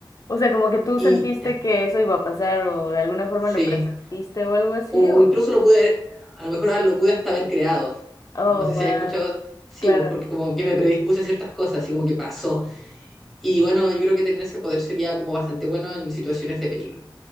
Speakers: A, on the left; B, in the centre.
A: o sea, como que tú
B: Y
A: sentiste que eso iba a pasar o de alguna forma
B: sí,
A: lo presentiste o algo así,
B: o
A: o,
B: incluso lo pude, a lo mejor lo pude hasta haber creado.
A: oh,
B: No sé
A: wow,
B: si has escuchado, sí,
A: claro.
B: pues porque como que me predispuse a ciertas cosas, así como que pasó. Y bueno, yo creo que tener ese poder sería como bastante bueno en situaciones de peligro.